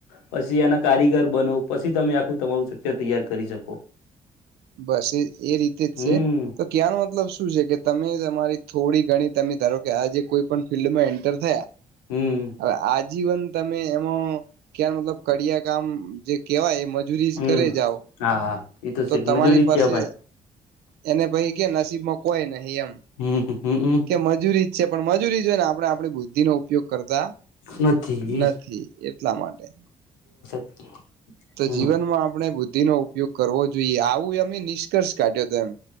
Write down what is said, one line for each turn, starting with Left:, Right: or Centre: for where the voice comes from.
Left: પછી એના કારીગર બનો પછી તમે આખું તમારું સકર તૈયાર કરી શકો
Right: બસ એ એ રીતે જ
Left: હમ
Right: છે તો ક્યાનો મતલબ શું છે કે તમે તમારી થોડી ગણી તમે ધારો કે આજે કોઈ પણ ફિલ્ડમાં એન્ટર થયા
Left: હમ
Right: હવે આજીવન તમે એમાં ક્યા મતલબ કિયા કામ જે કેવાય મજ રી
Left: હમ
Right: કર જાઓ
Left: હા હા એ
Right: તો
Left: છે જ.
Right: તમારી
Left: મજૂરી જ
Right: પાસે
Left: કેવાય
Right: એને પય કે નસીબમાં કોઈ નહી એમ
Left: હમ હમ
Right: કે મજૂરી જ છે પણ મજૂરી જોય ને આપણે આપણી બુદ્ધિનો ઉપયોગ કરતા
Left: નથી બે
Right: નથી એટલા માટે
Left: <unintelligible>
Right: તો
Left: હમ
Right: જીવનમાં આપણે બુદ્ધિ નો ઉપયોગ કરવો જોઈએ આવું એમે નિષ્કર્ષ કાઢ્યો હતો એમ